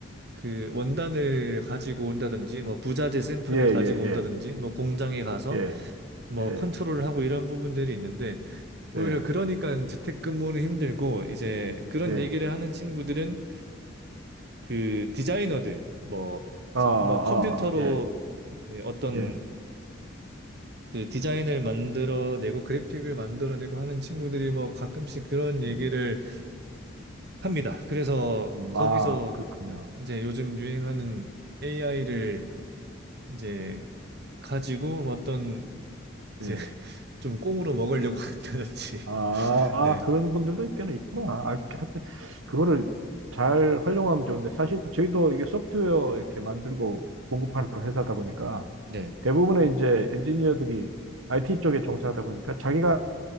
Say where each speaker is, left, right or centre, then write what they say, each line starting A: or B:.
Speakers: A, on the right (about 55°); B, on the right (about 80°).
A: 그 원단을 가지고 온다든지 뭐 부자재 샘플을
B: 예, 예,
A: 가지고
B: 예.
A: 온다든지 뭐 공장에 가서
B: 예.
A: 뭐
B: 예.
A: 컨트롤을 하고 이런 부분들이 있는데 오히려
B: 예.
A: 그러니까 재택근무는 힘들고 이제 그런
B: 예.
A: 얘기를 하는 친구들은 그 디자이너들 뭐,
B: 아,
A: 시-
B: 아, 아,
A: 뭐 컴퓨터로
B: 아, 예.
A: 이제 어떤
B: 예.
A: 그 디자인을 만들어내고 그래픽을 만들어내고 하는 친구들이 뭐 가끔씩 그런 얘기를
B: 음,
A: 합니다. 그래서
B: 음,
A: 거기서
B: 아, 그렇군요.
A: 이제 요즘 유행하는 AI를 이제 가지고 어떤 이제
B: 예.
A: <laughs> 좀 꽁으로 먹으려고 한다든지
B: 아,
A: <laughs> 네.
B: 그런 분들도 있기는 있구나. 아, 이렇게 하여튼, 그거를 잘 활용하면 좋은데, 사실 저희도 이게 소프트웨어 이렇게 만들고 공급하는 회사다 보니까,
A: 네.
B: 대부분의 이제 엔지니어들이 IT 쪽에 종사하다 보니까, 자기가